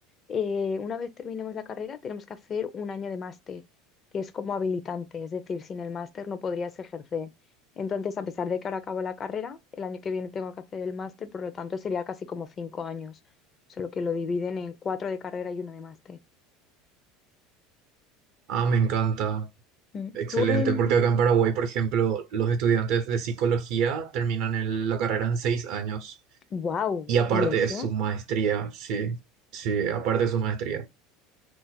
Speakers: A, on the left; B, on the right.
A: eh, una vez terminemos la carrera tenemos que hacer un año de máster, que es como habilitante, es decir, sin el máster no podrías ejercer. Entonces, a pesar de que ahora acabo la carrera, el año que viene tengo que hacer el máster, por lo tanto sería casi como cinco años, solo que lo dividen en cuatro de carrera y uno de máster.
B: Ah, me encanta.
A: Mm.
B: Excelente,
A: Tú en...
B: porque acá en Paraguay, por ejemplo, los estudiantes de psicología terminan el- la carrera en seis años.
A: ¡Wow!
B: Y aparte
A: ¿Y eso?
B: de su maestría, sí, sí, aparte de su maestría.